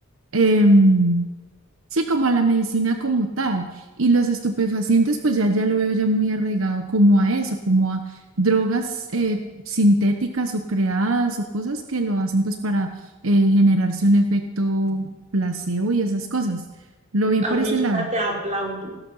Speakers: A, on the right; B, on the right.
A: em, Sí, como a la medicina como tal. Y los estupefacientes, pues ya, ya lo veo ya muy arraigado como a eso, como a drogas eh, sintéticas o creadas o cosas que lo hacen pues para eh, generarse un efecto placebo y esas cosas. Lo vi
B: Amiguita,
A: por ese lado.
B: te aplaudo.